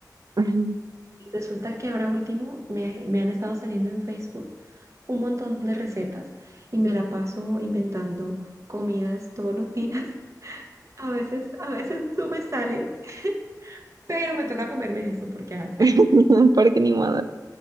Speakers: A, on the right; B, on the right.
A: <laughs>
B: Y resulta que ahora último me, me han estado saliendo en Facebook un montón de recetas y me la paso inventando comidas todos los días. <laughs> A veces, a veces no me salen, <laughs> pero me toca comerme eso porque ah,
A: <laughs> Porque ni modo,